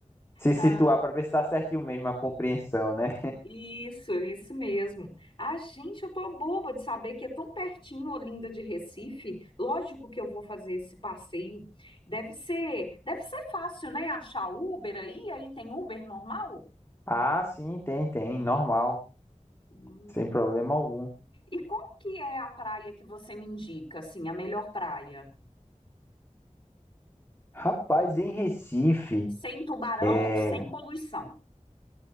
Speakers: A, on the left (about 20°); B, on the left (about 40°).
A: Se situar
B: Ah,
A: para ver se tá certinho mesmo a compreensão, né?
B: isso, isso mesmo. Ah, gente, eu tô boba de saber que é tão pertinho Olinda de Recife. Lógico que eu vou fazer esse passeio. Deve ser, deve ser fácil, né? Achar Uber aí, aí tem Uber normal?
A: Ah, sim, tem, tem, normal,
B: Hum.
A: sem problema algum.
B: E qual que é a praia que você me indica, assim, a melhor praia?
A: Rapaz, em Recife,
B: Sem tubarão
A: é...
B: e sem poluição.